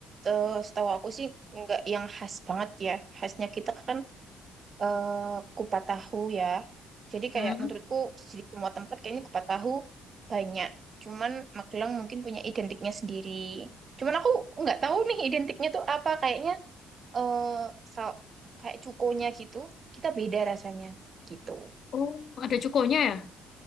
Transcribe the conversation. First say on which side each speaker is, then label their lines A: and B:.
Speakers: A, on the right; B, on the left.
A: eh, setahu aku sih nggak yang khas banget ya. Khasnya kita kan eh, kupat tahu ya. Jadi
B: Hmm.
A: kayak menurutku di semua tempat kayaknya kupat tahu banyak. Cuman Magelang mungkin punya identiknya sendiri. Cuman aku nggak tahu nih identiknya tuh apa. Kayaknya eh sa- kayak cukonya gitu. Kita beda rasanya gitu.
B: Oh, ada cukonya ya?